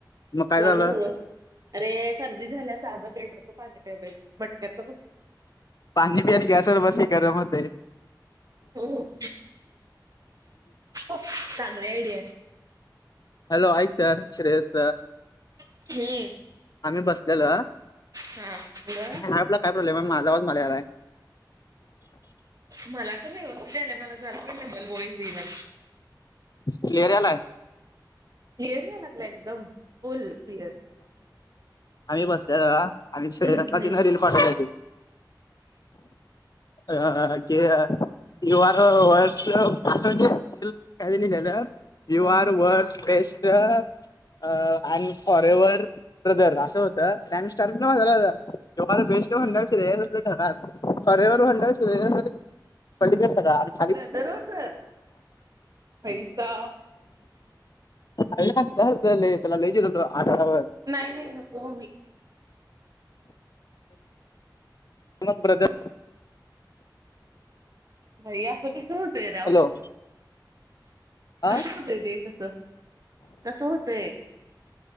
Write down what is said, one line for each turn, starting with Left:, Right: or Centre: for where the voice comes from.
Left: मग काय
Right: जाम
Left: झालं
Right: झालोस अरे सर्दी झाल्यास अध लिटरच पाणी प्या पाहिजे मटक्यात बस
Left: पाणी पिय गसवर बसी गरम होते
Right: हो चांगली आयडिया
Left: हॅलो आयतार श्रेयस
Right: हम्म
Left: आम्ही बसलेलो
Right: हा ब
Left: आपला काय प्रॉब्लेम माझा वा मला आला
Right: मला तर व्यवस्थित यालाय मला जरा बलबोई त ना
Left: क्लिअर यायलाय
Right: एरिया लागला एकदम फुल क्लिअर
Left: आम्ही बसत आणि शरीरातला
Right: हम्म
Left: ति न रील पाठवलागे हा के आहे वर्ष अस काही नाही त्याला यू
Right: हा
Left: are work best uh forever brother असं होतं रॅम स्टार मा झाा जेव्हाला बेस्ट म्हंडयस ठर कररेवरवर हड श प स
Right: पु दरो तर पैसा
Left: त्याला लचे आा
Right: नाही नाही ना प म
Left: तमग ब्रदर
Right: भैया असं कसं होतंय राव
Left: हॅलो हा
Right: कसं होतय दे तस कस होतय